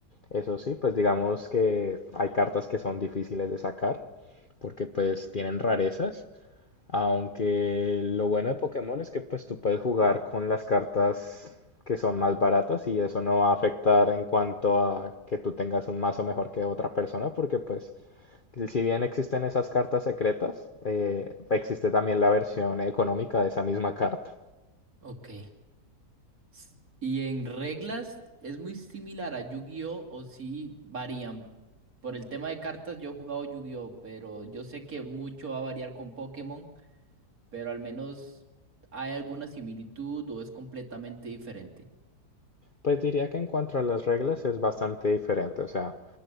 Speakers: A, on the left; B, on the right.
A: Eso sí, pues digamos que hay cartas que son difíciles de sacar porque pues tienen rarezas aunque lo bueno de Pokémon es que pues tú puedes jugar con las cartas que son más baratas y eso no va a afectar en cuanto a que tú tengas un mazo mejor que otra persona porque pues si bien existen esas cartas secretas, eh, existe también la versión económica de esa misma carta.
B: Ok. S- Y en reglas es muy similar a Yu-Gi-Oh o sí varían. Por el tema de cartas yo he jugado Yu-Gi-Oh, pero yo sé que mucho va a variar con Pokémon, pero al menos hay alguna similitud o es completamente diferente.
A: Pues diría que en cuanto a las reglas es bastante diferente, o sea,